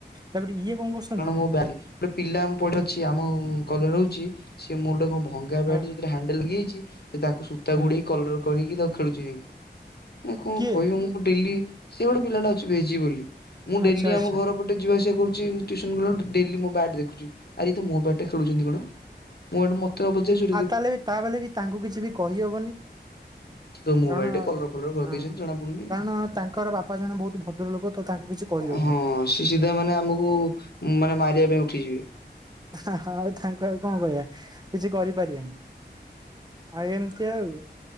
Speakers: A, on the right (about 25°); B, on the left (about 65°).
A: ତାପରେ ଇଏ କଣ କରୁଛ
B: କାରଣ ମୋ ବାରି ଗୋଟେ ପିଲା ଙ୍କୁ ପଢେଇ ସିଏ ଆମ ଘରେ ଜଣେ ରହୁଛି ସିଏ ମୋର ଗୋଟେ କଣ ଭଙ୍ଗା ବ୍ୟାଟରେ
A: ହଁ
B: ଯୋଉଥିରେ ହାଣ୍ଡେଲେ ‌ଭାଙ୍ଗି ଯାଇଛି। ସିଏ ତାକୁ ସୂତା
A: ହଁ
B: ଗୁଡେଇ କଲର କରିକି ତାକୁ ଖେଳୁଛି ଯାଇକି। ମୁଁ କଣ
A: କିଏ
B: କହିବ ମୁଁ ପୁ ଡେଲି ସେ ଗୋଟେ ପିଲାଟା ଅଛି ବେଜି ବୋଲି ମୁଁ ଡେଲି
A: ଆଚ୍ଛା ଆଚ୍ଛା
B: ଆମ ଘର। ପଟେ ଯିବା ଆସିବା କରୁଛି। ଟ୍ୟୁସନ ଗଲା ବେଳକୁ ଡେଲି ମୋ ବ୍ୟାଟ ଦେଖୁଛି ‌ଆରେ ଇଏ ତ ମୋ ବ୍ୟାଟ ଟା ଖେଲୁଛନ୍ତି କଣ ମୁଁ ହେଠୁ ମ ତାକୁ ପଚାରୁଛି।
A: ଆଉ ତାହେଲେ ବି ତା ବଲେ ବି ତାଙ୍କୁ କିଛି ବି କହିହବନି।
B: ସେ କହିବ ମୋ
A: କାରଣ
B: ବ୍ୟାଟ କଲର ଫଲର କରିଦେଇଛନ୍ତି
A: ହଁ
B: ଜଣା ପଡୁନି ନା।
A: କାରଣ ତାଙ୍କର ବାପା ଜଣେ ବହୁତ ଭଦ୍ରଲୋକ। ତ ତାଙ୍କୁ କିଛି କହିହଉନି।
B: ହଁ ସେ ସିଧା ମାନେ ଆମକୁ ମାନେ ମାରିବା ପାଇଁ ଉଠିଯିବେ।
A: ହାଁ ହଁ ଆଉ ତାଙ୍କୁ ଆଉ କଁ କହିବା କିଛି କରି ପାରିବାନି। ଆଉ ଏମିତି ଆଉ